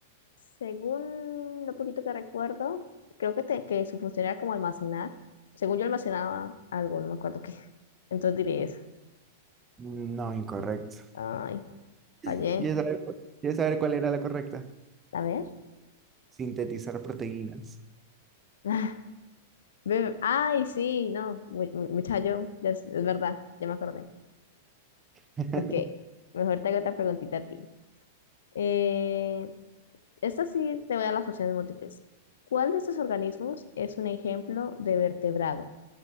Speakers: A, on the left; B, on the right.
A: Según lo poquito que recuerdo, creo que, te- que su función era como almacenar. Según yo almacenaba algo, no me acuerdo qué. <laughs> Entonces diría eso.
B: No, incorrecto.
A: Ay,
B: <laughs>
A: fallé.
B: ¿Quieres saber, cu- quieres saber cuál era la correcta?
A: A ver.
B: Sintetizar proteínas.
A: Ah, ve- Ay, sí, no, mu- mu- muchacho, ya es, es verdad, ya me acordé.
B: <laughs>
A: Ok, mejor te hago otra preguntita a ti. Eh, esta sí te voy a dar las opciones múltiples. ¿Cuál de estos organismos es un ejemplo de vertebrado?